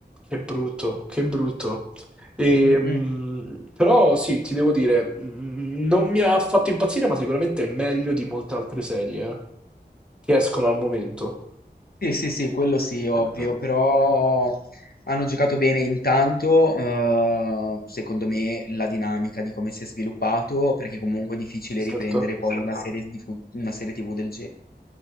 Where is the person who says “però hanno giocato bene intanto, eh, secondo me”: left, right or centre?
Left